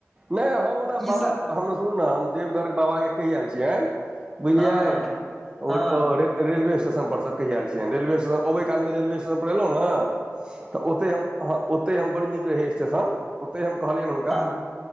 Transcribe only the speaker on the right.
नय हम ओना
बाबा
हम सुनू ने हम देवघर बाबा के कहिया एल छिय बिझलियै
‌
रेलवे स्टेशन पर स कहिआल छियनि रेलवे स्टेशन अबै कालमें रेलवे स्टेशन पर एलहुँ न तऽ ओतहि हम हँ ओतहि हम बड़ नीक रहि स्टेशन तऽ ओतहि हम कहलियइन हुनका